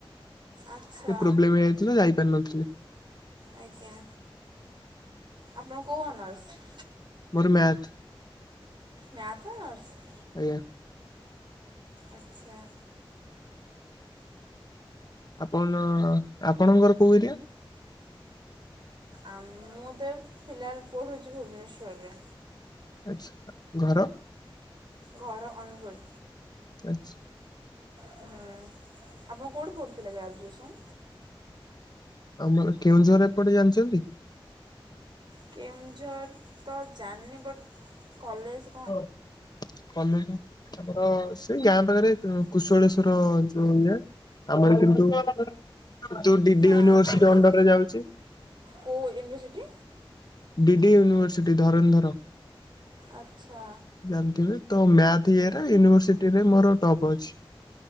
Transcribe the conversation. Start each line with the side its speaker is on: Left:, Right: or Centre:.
Right: ଆଚ୍ଛା
Left: ଟିକେ ପ୍ରୋବ୍ଲେମ ହେଇଯାଇଥିଲା ଯାଇପାରିନଥିଲି।
Right: ଆଜ୍ଞା। ଆପଣ କୋଉଁ ଅନର୍ସ?
Left: ମୋର ମ୍ୟାଥ୍।
Right: Math honours?
Left: <unintelligible>
Right: ଆଚ୍ଛା।
Left: ଆପଣ ଆପଣଙ୍କର କୋଉ ଏରିଆ?
Right: ଆ ମୁଁ ତ ଫିଲାଲ୍ ପଢ଼ୁଚି ଭୁବନେଶ୍ୱରରେ।
Left: ଆଚ୍ଛା। ଘର
Right: ଘର ଅନୁଗୁଳ।
Left: <unintelligible>
Right: ହୁଁ, ଆପଣ କୋଉଠି ପଢ଼ୁଥିଲେ ଗ୍ରାଜୁଏସନ୍?
Left: ଆମର କେଉଁଝର ଏପଟେ ଜାଣିଚନ୍ତି?
Right: କେଉଁଝର ତ ଜାଣିନି ବଟ୍ କଲେଜ୍
Left: <unintelligible> କଲେଜ ଘର ସେଇ ଗାଁ ପାଖରେ କୁଶଳେଶ୍ଵର ଯୋଉ ଇଏ। ଆମର। <unintelligible> ଯୋଉ ଡିଡି
Right: ନା
Left: ୟୁନିଭରସିଟି
Right: ଆମର
Left: ଅଣ୍ଡରରେ ଯାଉଚି।
Right: କେଉଁ ୟୁନିଭର୍ସିଟି
Left: ଡିଡି ୟୁନିଭର୍ସିଟି ଧରଣୀଧର।
Right: ଆଚ୍ଛା।
Left: ଜାଣିଥିବେ। ତ ମ୍ୟାଥ ଇଏ ରେ ୟୁନିଭର୍ସିଟିରେ ମୋର ଟପ୍ ଅଛି।